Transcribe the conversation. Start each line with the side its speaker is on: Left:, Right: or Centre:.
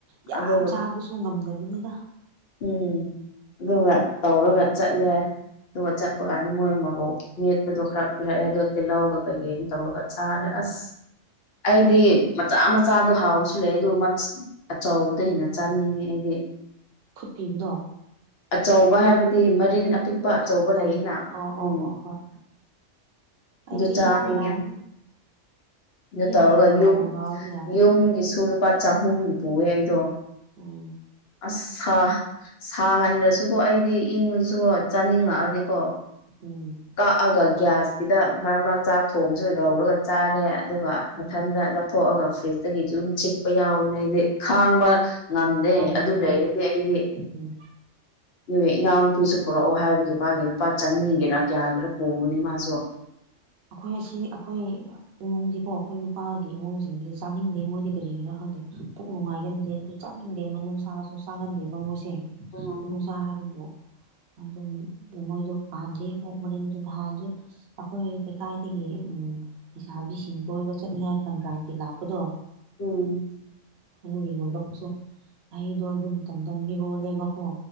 Right: ꯌꯥꯝ
Left: ꯑꯗꯨꯒ
Right: ꯆꯥꯕꯁꯨ ꯉꯝꯗꯕꯅꯤꯗ
Left: ꯎꯝ ꯑꯗꯨꯒ ꯇꯧꯔꯒ ꯆꯠꯂꯦ ꯑꯗꯨꯒ ꯆꯠꯄ ꯀꯥꯟꯗ ꯃꯣꯏ ꯃꯔꯣꯛ ꯃꯦꯠꯄꯗꯣ ꯈꯔ ꯄꯤꯔꯛꯑꯦꯗꯣꯠꯇꯤ ꯂꯧꯔꯒ ꯀꯩꯀꯩ ꯇꯧꯔꯒ ꯆꯥꯔꯦ
Right: ꯎꯝ
Left: ꯑꯁ ꯑꯩꯗꯤ ꯃꯆꯥ ꯃꯆꯥꯗꯣ ꯍꯥꯎꯕꯁꯨ ꯂꯩ ꯑꯗꯨ ꯑꯆꯧꯕꯗ ꯍꯦꯟꯅ ꯆꯥꯅꯤꯡꯉꯦ ꯑꯩꯗꯤ
Right: ꯈꯨꯠꯄꯤꯕꯗꯣ
Left: ꯑꯆꯧꯕ ꯍꯥꯏꯕꯗꯤ ꯃꯔꯤꯟ ꯑꯄꯤꯛ ꯑꯄꯥ
Right: ꯑꯆꯧꯕꯗꯣ
Left: ꯑꯆꯧꯕ ꯂꯩꯅ
Right: ꯑꯣ ꯑꯣ
Left: ꯎꯝ
Right: ꯑꯣ ꯍꯣꯏ ꯑꯩꯗꯤ
Left: ꯑꯗꯨ ꯆꯥꯅꯤꯡꯉꯦ
Right: ꯏꯌꯥ ꯌꯥꯏꯗ
Left: ꯑꯗꯨ
Right: ꯏꯌꯥ
Left: ꯇꯧꯔꯒ
Right: ꯌꯥꯏ ꯍꯥꯎꯕꯨ
Left: ꯌꯨꯝ
Right: ꯍꯥꯎꯔꯗꯤ ꯌꯥꯔꯦ
Left: ꯌꯨꯝꯒꯤꯁꯨ ꯂꯨꯄꯥ ꯆꯍꯨꯝꯒꯤ ꯄꯨꯑꯦ ꯑꯩꯗꯣ
Right: ꯎꯝ
Left: ꯑꯁ ꯁꯥꯍꯟꯗ꯭ꯔꯁꯨꯀꯣ ꯑꯩꯗꯤ ꯏꯪꯕꯗꯨꯁꯨ ꯆꯥꯅꯤꯡꯉꯛꯑꯗꯤꯀꯣ
Right: ꯎꯝ
Left: ꯀꯛꯑꯒ ꯒ꯭ꯌꯥꯁꯀꯤꯗ ꯃꯔꯛ ꯃꯔꯛ ꯆꯥꯛ ꯊꯣꯡꯕꯁꯨ ꯂꯧ ꯍꯧꯔꯒ ꯆꯥꯔꯦ ꯑꯗꯨꯒ
Right: ꯎꯝ
Left: ꯃꯊꯟꯗ ꯂꯧ ꯊꯣꯛꯑꯒ ꯐ꯭ꯔꯤꯖꯇꯒꯤꯁꯨ ꯑꯗꯨꯝ ꯆꯤꯛꯄ ꯌꯥꯎꯅꯦ ꯑꯩꯗꯤ ꯈꯥꯡꯕ ꯉꯝꯗꯦ
Right: ꯉꯝꯗꯕꯗꯣ
Left: ꯑꯗꯨ ꯂꯩꯔꯗꯤ ꯑꯩꯗꯤ
Right: ꯎꯝ
Left: ꯑꯗꯨꯒ ꯏꯅꯥꯎꯅꯨꯄꯤꯁꯨ ꯄꯨꯔꯛꯑꯣ ꯍꯥꯏꯕꯒꯤ ꯃꯥꯒꯤ ꯂꯨꯄꯥ ꯆꯅꯤꯒꯤꯔꯛ ꯌꯥꯒ꯭ꯔ ꯄꯣꯅꯤ ꯃꯥꯁꯨ
Right: ꯑꯩꯈꯣꯏ ꯑꯁꯤ ꯑꯩꯈꯣꯏ ꯏꯃꯨꯡꯗꯤꯀꯣ ꯑꯩꯈꯣꯏ ꯅꯨꯄꯥꯒꯤ ꯏꯃꯨꯡꯁꯤꯡꯗꯤ ꯆꯥꯅꯤꯡꯗꯦ ꯃꯣꯏꯗꯤ ꯀꯔꯤꯒꯤꯅꯣ ꯈꯪꯗꯦ ꯄꯨꯛ ꯅꯨꯡꯉꯥꯏꯒꯟꯗꯦ ꯑꯗꯨ ꯆꯥꯅꯤꯡꯗꯦ ꯃꯅꯨꯡꯁꯥꯁꯨ ꯆꯥꯒꯟꯗꯦꯕ ꯃꯣꯏꯁꯦ
Left: ꯎꯝ
Right: ꯅꯨꯡꯁꯥ ꯍꯥꯏꯕꯕꯨ ꯑꯗꯨꯝ ꯃꯣꯏꯗꯣ ꯄꯥꯝꯗꯦ ꯑꯣꯛ ꯃꯔꯤꯟꯗꯨ ꯅꯍꯥꯟꯁꯨ ꯑꯩꯈꯣꯏ ꯀꯥꯏꯗꯒꯤ ꯎꯝ ꯂꯩꯁꯥꯕꯤꯁꯤꯡ ꯀꯣꯏꯕ ꯆꯠꯅꯤꯡꯉꯥꯏ ꯐꯟꯗ꯭ꯔꯗꯔꯥꯢꯕ ꯀꯤ ꯂꯥꯛꯄꯗꯣ
Left: ꯎꯝ
Right: ꯑꯗꯨꯒ ꯌꯣꯜꯂꯛꯄꯁꯨ ꯑꯩꯗꯣ ꯑꯗꯨ ꯇꯝ ꯇꯝ ꯃꯤꯔꯣꯜꯂꯦꯕꯀꯣ